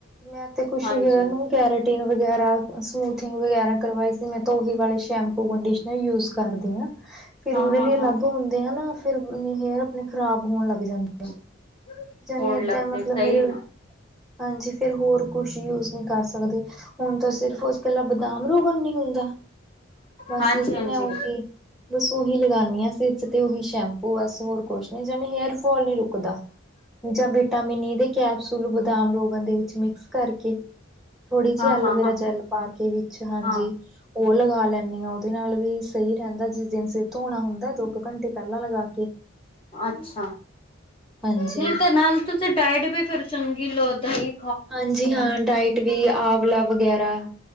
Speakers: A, in the centre; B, on the left (about 30°).
A: ਮੈਂ ਤੇ ਖੁਸ਼ੀ
B: ਹਾਂਜੀ
A: ਇਹਨਾ ਨੂੰ ਕੈਰੇਟੀਨ ਵਗੈਰਾ, ਸਮੂਥਨਿੰਗ ਵਗੈਰਾ, ਕਰਵਾਈ ਸੀ ਮੈਂ ਉਹੀ ਵਾਲੇ ਸ਼ੈਂਪੂ ਕੰਡੀਸ਼ਨਰ ਯੂਜ਼। ਕਰਦੀ ਹਾਂ। ਫਿਰ
B: ਹਾਂ
A: ਉਹਦੇ
B: ਹਾਂ
A: ਲਈ ਅਲੱਗ
B: ਹਾਂ
A: ਹੁੰਦੇ ਆ ਨਾ, ਫਿਰ ਹੇਅਰ ਆਪਣੇ ਖ਼ਰਾਬ ਹੋਣ ਲੱਗ ਜਾਂਦੀ।
B: <inaudible>
A: ਜਾਣੀ ਏਦਾਂ
B: ਲੱਗਦੇ
A: ਮਤਲਬ
B: ਸਹੀ
A: ਮੇਰੇ
B: ਹੈ ਨਾ।
A: ਹਾਂਜੀ। ਫੇਰ ਹੋਰ ਕੁਛ ਯੂਜ ਨਹੀਂ ਕਰ ਸਕਦੇ, ਹੁਣ ਤਾਂ ਸਿਰਫ ਉਸ ਇਕੱਲਾ ਬਦਾਮ ਰੋਗਣ ਨੀ ਹੁੰਦਾ, ਬਸ
B: ਹਾਂਜੀ
A: ਸਿਰਫ
B: ਹਾਂਜੀ
A: ਮੈਂ ਉਹੀ। ਬਸ ਉਹੀ ਲਗਾਉਦੀ ਹਾਂ। ਸਿਰ 'ਚ ਤੇ ਉਹੀ ਸ਼ੈਂਪੂ ਬਸ ਹੋਰ ਕੁਛ ਨੀ ਜਾਣੀ ਹੇਅਰ ਫੋਲ ਨੀ ਰੁਕਦਾ। ਜਾਂ ਵਿਟਾਮਿਨ ਈ ਦੇ ਕੈਪਸੂਲ, ਬਦਾਮ ਰੋਗਨ ਦੇ ਵਿੱਚ ਮਿਕਸ। ਕਰਕੇ, ਥੋੜੀ ਜਿਹੀ
B: ਹਾਂ
A: ਐਲੋਵੇਰਾ
B: ਹਾਂ ਹਾਂ
A: ਜੈਲ ਪਾ ਕੇ ਵਿੱਚ ਹਾਂਜੀ।
B: ਹਾਂ।
A: ਉਹ ਲਗਾ ਲੈਂਦੀ ਆਂ, ਉਹਦੇ ਨਾਲ ਵੀ ਸਹੀ ਰਹਿੰਦਾ ਜਿਸ ਦਿਨ ਸਿਰ ਧੋਣਾ ਹੁੰਦਾ ਦੋ ਕੁ ਘੰਟੇ ਪਹਿਲਾਂ ਲਗਾ ਕੇ।
B: ਅੱਛਾ।
A: ਹਾਂਜੀ
B: ਨਹੀਂ ਤੇ ਨਾਲ ਤੁਸੀਂ ਡਾਇਟ ਵੀ ਫਿਰ ਚੰਗੀ ਲੋਦ ਜੀ।
A: ਹਾਂਜੀ। ਹਾਂ, ਡਾਇਟ ਵੀ ਆਵਲਾ ਵਗੈਰਾ।